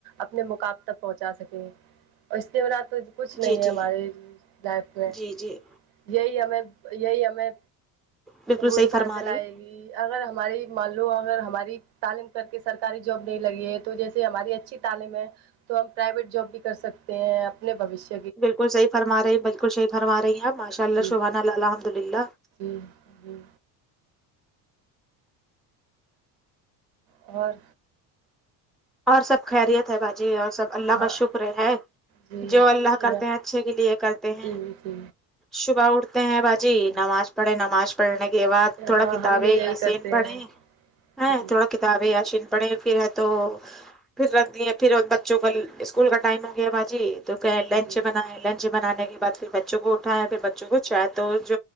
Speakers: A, on the right; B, in the centre.
A: اپنے مقاب تک پہنچا سکیں اور اس لی بورات تو کچھ نہیں
B: جی
A: ہے
B: جی
A: ہماری لائف میں
B: جی جی
A: یہی ہمیں یہی ہمیں
B: بالکل
A: روزگار
B: صحیح فرما
A: د
B: رہی
A: لائے گ اگر ہماری مان لوم اگر ہماری تعلیم کر کے سرکاری جاب نہیں لگی ہے تو جیسے ہماری اچھی تعلیم ہے تو ہم پرائیویٹ جاب بھی کر سکتے ہیں اپنے بوشیہ
B: بالکل صحیح فرما رہی ہیں بالکل صحیح فرما رہی آپ ماشاء اللہ
A: جی
B: شبان الحمد للہ
A: جی جی اور
B: اور سب خیریت ہے باجی اور سب اللہ
A: ہاں
B: کا شکر ہے
A: جی
B: جو اللہ کرتے
A: یا
B: ہیں اچھے کے لیے کرتے ہیں
A: جی جی
B: شعبہ اٹھتے ہیں باجی نماز پڑے نماز پڑھنے کے بعد تھوڑا
A: ہاں
B: کتابیں
A: ہم بھی یہی
B: یاسین
A: کرتے
B: پڑھے
A: ہیں جی
B: تھوڑا ک کتاب یاشین پڑھے پھر ہے تو پھر رکھ دیے پھر بچوں کا اسکول کا ٹائم ہو گیا باجی تو کہ
A: جی
B: لنچ
A: جی
B: بنائے لنچ بنانے کے بعد پھر بچوں کو اٹھایا پھر بچوں کو چائے توسط